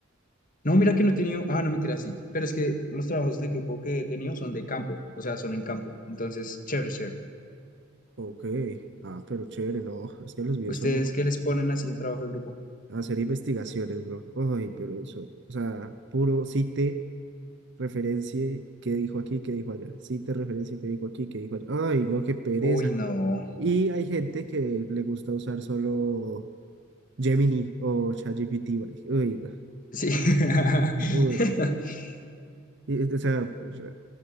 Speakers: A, on the left; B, on the right.
A: No, mira que no he tenido, ah, no, mentira, sí. Pero es que los trabajos de grupo que he tenido son de campo, o sea, son en campo. Entonces, chévere, chévere.
B: Ok, ah, pero chévere, no. <laughs> Es que los míos
A: ¿Ustedes
B: son un-
A: qué les ponen así en trabajo de grupo?
B: hacer investigaciones, bro. Ay, pero eso, o sea, puro cite referencie qué dijo aquí, qué dijo allá. Cite referencia qué dijo aquí, qué dijo allá. Ay, no, qué pereza.
A: Uy, no.
B: Y hay gente que le gusta usar solo Gemini o ChatGPT. ¿vale? Uy, no.
A: Sí. <laughs>
B: no, Uy, no. Y, o sea, o sea,